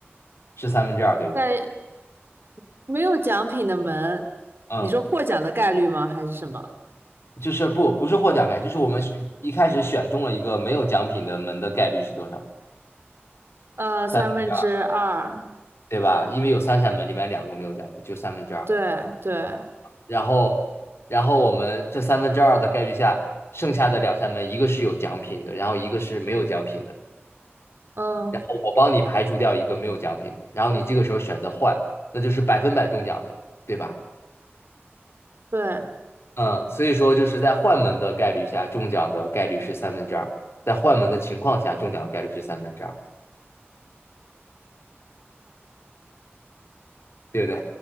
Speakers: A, on the left (about 70°); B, on the right (about 60°).
A: 是三分之二，对不对？
B: 在没有奖品的门，
A: 嗯，
B: 你说获奖的概率吗？还是什么？
A: 就是不不是获奖概率，就是我们选一开始选中了一个没有奖品的门的概率是多少？
B: 呃，
A: 三分之二，
B: 三分之二，
A: 对吧？因为有三扇门，里面两个没有奖品，就三分之二。
B: 对对，
A: 然后，然后我们这三分之二的概率下，剩下的两扇门，一个是有奖品的，然后一个是没有奖品的。
B: 嗯，
A: 然后我帮你排除掉一个没有奖品的，然后你这个时候选择换，那就是百分百中奖的，对吧？
B: 对，
A: 嗯，所以说就是在换门的概率下，中奖的概率是三分之二，在换门的情况下，中奖的概率是三分之二，对不对？